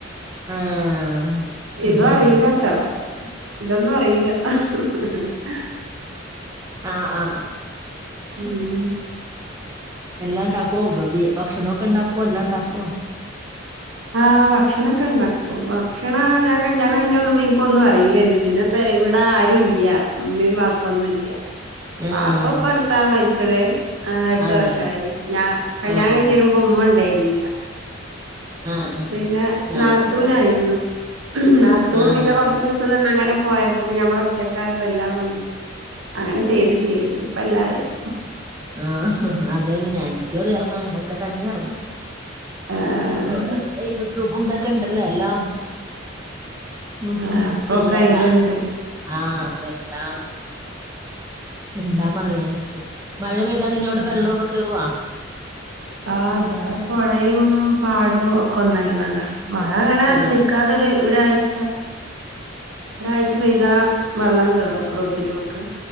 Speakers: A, on the right (about 15°); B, on the right (about 85°).
A: ആഹ്
B: ഇതു
A: ആഹ്
B: അറീലട്ടോ ഇതൊന്നും അറീല. <unintelligible>
A: ആഹ്
B: ഉം.
A: എല്ലാണ്ടാക്കുവോ വ ഭി ഭക്ഷണം ഒക്കെണ്ടാക്കുവോ എല്ലാം ഇണ്ടാക്കുവോ.
B: ആഹ് ഭക്ഷണൊക്കെ ണ്ടാക്കും ഭക്ഷണ ഞാൻ കല്യാണം കഴിഞ്ഞന്നപ്പൊ ഇൻ ഇപ്പൊന്നു അറീലന്ന് പിന്നെ പെരി ഇവിടാരു ഇല്ല മ്മിയും പാപ്പൊന്നുല്ല. വാപ്പ
A: ഏഹ്
B: ഇപ്പട്ത്താ മര്ച്ചത് ഏഹ് എട്ട്
A: അതല്ലേ
B: വർഷായി ഞാൻ കല്യാണം
A: ആഹ്
B: കയ്ഞ്ഞ് വരു മ്പം ഉമ്മ ഉണ്ടേയിരുന്നില്ല.
A: ആഹ് ആഹ്
B: പിന്നെ
A: ഞാനും
B: നാത്തൂനായിരുന്നു
A: അതെ
B: നാത്തൂ
A: ആഹ്
B: പിന്നെ കൊർച്ച് ദിവസ ത്ത്ന്ന്ങനെ പോയപ്പൊ പിന്നെ നമ്മളൊറ്റക്കായപ്പോ എല്ലാം കൊ അങ്ങനെ ചെയ്ത് ശീലിച്ച് ഇപ്പ എല്ലാ അറിയും.
A: ആഹ് അതന്നെ ഞാ എനിക്കും അതർന്നു അങ്ങനെയൊക്കെ തന്നെയർന്നു.
B: ആഹ്
A: അവിടെ പിന്നെ യൂട്യൂബും ഇതൊക്കെ ഇണ്ടല്ലോ എല്ലാം. നോക്കി
B: ആഹ് ഇപ്പൊക്കെ
A: ചെയ്യാലാ
B: അയിലുണ്ട്
A: ആഹ് ഇപ്പല്ലാം. എല്ലാം അറിയാൻ പറ്റൂ മഴ പെയ്ത അങ്ങനെ അവിടെ
B: ആഹ്
A: വെള്ളൊക്കെ കേറുവാ.
B: ആഹ് ഇവടെ പൊഴയും പാടും ഒക്കെ ഒന്നായിക്കണ്ട. മഴ അങ്ങനെ
A: അതെ
B: നിക്കാതൊരു ഒരാഴ്ച. ഒരാഴ്ച പെയ്താ വെള്ളം കേറും റോട്ടിൽമക്ക്.